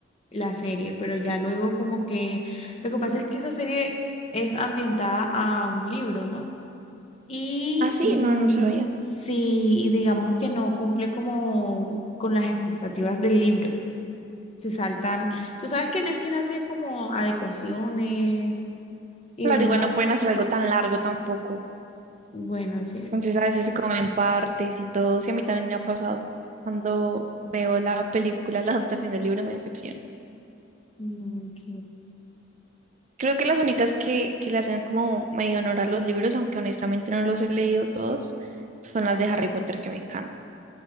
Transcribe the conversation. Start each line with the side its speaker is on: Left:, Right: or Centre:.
Left: la serie, pero ya luego como que lo que pasa es que esa serie es ambientada a un libro, ¿no? Y
Right: Ah, sí,
Left: mm,
Right: no, no sabía.
Left: si digamos que no cumple como con las expectativas del libro, se saltan. Tú sabes que Netflix hace como adecuaciones y
Right: Claro,
Left: demás.
Right: igual no pueden hacer algo tan largo tampoco.
Left: Bueno, cierto.
Right: Entonces a veces se comen partes y todo. Sí, a mí también me ha pasado. Cuando veo la película, la adaptación del libro me decepciona.
Left: Mm, ok.
Right: Creo que las únicas que, que le hacen como medio honor a los libros, aunque honestamente no los he leído todos, son las de Harry Potter que me encantan.